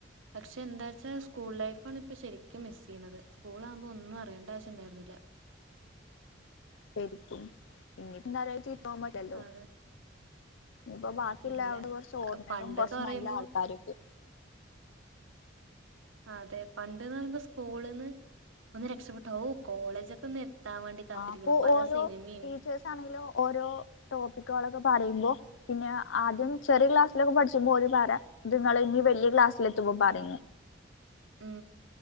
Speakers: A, on the right; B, on the left.
A: പക്ഷെ എന്താ വച്ചാ സ്കൂൾ ലൈഫാണ് ഇപ്പ ശരിക്കും മിസ് ചെയ്യണുന്നത് സ്കൂൾ ആകുമ്പോ ഒന്നും അറിയേണ്ട ആവശ്യംണ്ടായിരുന്നില്ല
B: ശരിക്കും ഇ പോ പറ്റല്ലോ
A: അതെ
B: ഇപ്പൊ ബാക്കിുള്ള
A: ഇല്ല
B: അടെ കുറച്ച് ഓർമ്മളും
A: പണ്ടൊക്കെ
B: കൊറച്ച്
A: പറയുമ്പോ
B: നല്ല ആൾക്കാരൊക്കെ
A: അതെ പണ്ട്ന്ന് പറയുമ്പോ സ്കൂളന്ന് ഒന്ന് രക്ഷപ്പെട്ടു ഓ കോളേജ്ൊക്കെ ഒന്ന് വേണ്ടി കാത്തിരിക്കുന്നു
B: ആ അപ്പൊ
A: പല
B: ഓരോ
A: സിനിമയും
B: ടീച്ചേഴ ആണിലും ഓരോ ടോപ്പിക്കുകളൊക്കെ പറയുമ്പോൾ പിന്നെ ആദ്യം ചെറിയ ക്ലാസ്സിലൊക്കെ പഠിച്ചുമ്പോൾ ഒരു പര നിങ്ങ ഇനി വലിയ ക്ലാസ്സൽ എത്ത പറരുങ്ങ
A: ഉം